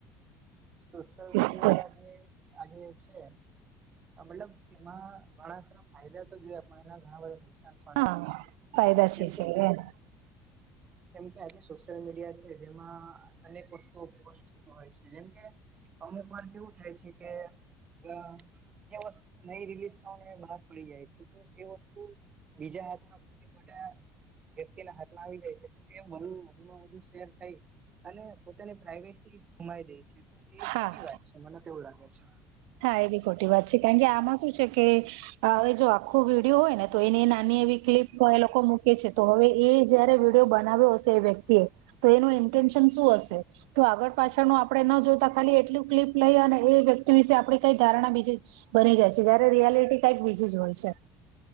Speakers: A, on the right; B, on the right.
A: સોશલ
B: ઠીક
A: મીડિયા
B: છે
A: આજે આજે છે મતલબ એમાં ઘણાખરા ફાયદા તો જોયા પણ એના ઘણા બધા નુકસાન પણ
B: હા
A: છે
B: ફાયદા
A: કેમ
B: છે
A: કે
B: છે એમ
A: કેમ કે આજે સોશિયલ મીડિયા છે જેમાં અનેક વસ્તુઓ પોસ્ટ થતું હોય છે જેમકે અમુક વાર કેવું થાય છે કે અ જ્યાં વસ્તુ નહી રિલીઝ થવાની હોય બહાર પડી જાય છે તો એ વસ્તુ બીજા હાથમાં મોટા વ્યક્તિના હાથમાં આવી જાય છે <unintelligible> વધુમાં વધુ શેર થઈ અને પોતાની પ્રાઈવેસી ગુમાઈ દે છે. એ
B: હા
A: ખોટી વાત છે મને તો એવું લાગે છે.
B: હા, એ બી ખોટી વાત છે કારણ કે આમાં શું છે કે હવે જો આખો વિડીયો હોય ને તો એની એ નાની એવી ક્લિપ હોય એ લોકો મૂકે છે તો હવે એ જયારે વિડીયો બનાવ્યો હશે એ વ્યક્તિએ તો એનું ઇન્ટેન્શન શું હશે? તો આગળ પાછળનું આપડે ન જોતા ખાલી એટલું ક્લિપ લઈ અને એ વ્યક્તિ વિશે આ પડી કઈ ધારણા બીજી જ બની જાય છે જયારે રિયાલિટી કઈક બીજી જ હોય છે.